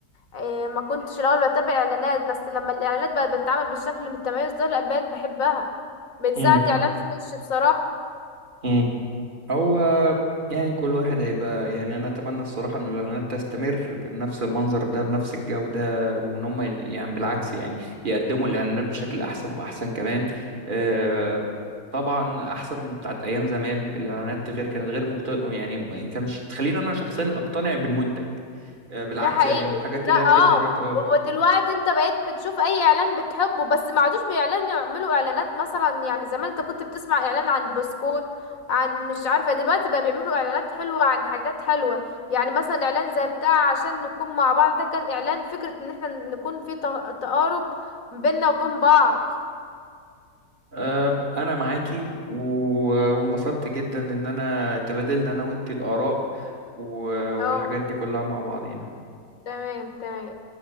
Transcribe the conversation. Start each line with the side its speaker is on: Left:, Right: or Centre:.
Left: آه، ما كنتش الاول بتابع اعلانات بس لما الاعلانات بقت بتتعمل بالشكل المتميز ده لا بقيت بحبها من ساعه
Right: امم
Left: اعلان فريش بصراحه
Right: امم هو يعني كل واحد هيبقى يعني انا اتمنى الصراحه ان الاعلانات تستمر بنفس المنظر ده بنفس الجوده وان هم يغ- يعني بالعكس يعني يقدموا الاعلانات بشكل احسن واحسن كمان آه، طبعا احسن من بتاعت ايام زمان الاعلانات غير كانت غير مقت... يعني ما كانش بتخليني انا شخصيا اقتنع بالمنتج آه، بالعكس
Left: ده حقيقي
Right: يعني الحاجات
Left: لا
Right: اللي هي بتنزل
Left: اه
Right: دلوقتي اه
Left: ودلوقتي انت بقيت بتشوف اي اعلان بتحبه بس ما عادوش بيعلنوا يعملوا اعلانات مثلا يعني زمان انت كنت بتسمع اعلان عن بسكوت عن مش عارفة دلوقتي بقى بيعملوا اعلانات حلوة عن حاجات حلوة يعني مثلا اعلان زي بتاع عشان نكون مع بعض ده كان اعلان فكرة ان احنا نكون في تق- تقارب بيننا وبين بعض
Right: آه، انا معاكي و- وانبسطت جدا ان انا تبادلنا انا وانتي الاراء و- والحاجات
Left: اه
Right: دي كلها مع بعضينا
Left: تمام تمام